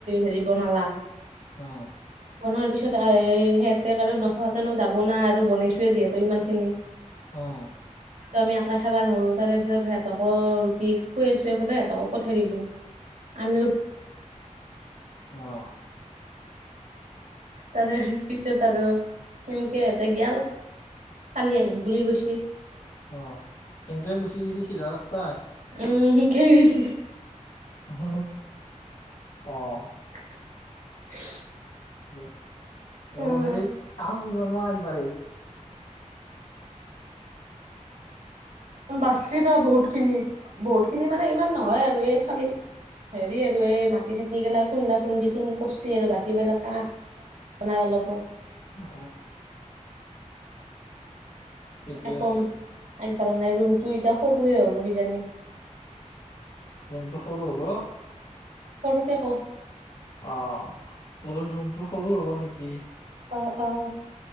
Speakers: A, on the right; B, on the left.
A: হেৰি বনালা।
B: অ
A: বনোৱাৰ পিছত এ সিহঁতে আৰু নোখোৱাকেনো যাব নোৱাৰে আৰু বনাইছোৱে যিহেতু ইমান খিনি
B: আহ
A: আমি একলাই খাবা নোৱাৰোঁ কাৰণ সিহঁতক ৰুটি খুৱাই চুৱাই পেলে সিহঁতকো পঠাই দিলোঁ। আমি
B: আহ
A: তাৰে পিছত আৰু সেনকে হেতে গেল কালি আহিম বুলি কৈছে।
B: অ কেনেকে গুচি গুচি চিধা ৰাস্তাই।
A: উম সেনকে গৈছে।
B: অহ অহ
A: <inaudible>
B: <unintelligible>
A: উম।
B: সেই কাম কিমান মান আগবাঢ়িল
A: বাচিব বহুত খিনি বহুত খিনি মানে ইমান নহয় আৰু এই খালি। হেৰি আৰু এই মাটি চাতি গিলা খুন্দা খুন্দি খিনি কৰছে আৰু বাকীবিলাক অলপ হ'ব।
B: অ। ঠিকে
A: একণ
B: আছে
A: আগবঢ়া নাই ৰুমটো এতিয়া সৰুৱে হ'ব কিজানি।
B: ৰুমটো সৰু হ'ব।
A: দে <unintelligible>
B: অ হলেওঁ ৰুমটো সৰু হ'ব নেকি?
A: অ অ।